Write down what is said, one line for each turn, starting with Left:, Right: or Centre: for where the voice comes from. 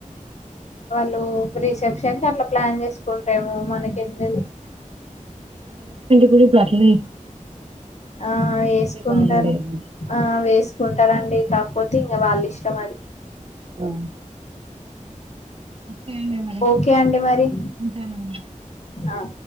Left: లో రిసెప్షన్ కట్లా ప్లాన్ చేసుకుంటే ఆ మనకేం తెలుస్
Right: గుడిపట్లేనే
Left: ఆ వేసుకుంటారు.
Right: బాగుండేది
Left: ఆ వేసుకుంటారండి కాకపోతే, తీ ఇంగ వాళ్లిష్టమది
Right: ఆ ఓకే అండి మరి
Left: ఓకే అండి మరి
Right: ఉంటానమ్మా
Left: ఆ